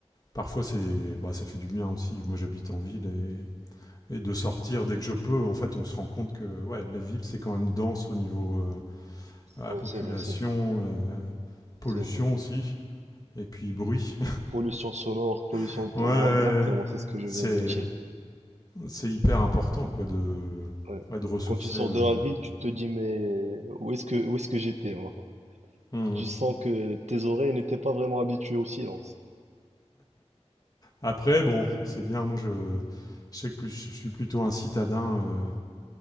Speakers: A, on the left; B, on the right.
A: parfois c'est bah, ça fait du bien aussi. Moi j'habite en ville et, et de sortir dès que je peux, en fait on se rend compte que ouais, la ville c'est quand même dense au niveau euh, Ah,
B: Ouais,
A: population,
B: c'est vrai, c'est vrai,
A: euh, pollution
B: c'est vrai.
A: aussi, et puis bruit.
B: Pollution sonore, pollution,
A: <laughs>
B: d'eau,
A: ouais, ouais.
B: ouais, exactement, c'est ce que je
A: c'est,
B: viens de dire.
A: c'est hyper important quoi de,
B: Ouais.
A: ouais, de ressourcer.
B: Quand tu sors
A: euh.
B: de la ville, tu te dis mais où est-ce que où est-ce que j'étais moi?
A: Hmm.
B: Tu sens que tes oreilles n'étaient pas vraiment habituées au silence.
A: Après, bon, c'est bien. Moi, je, je sais que plus- je suis plutôt un citadin euh,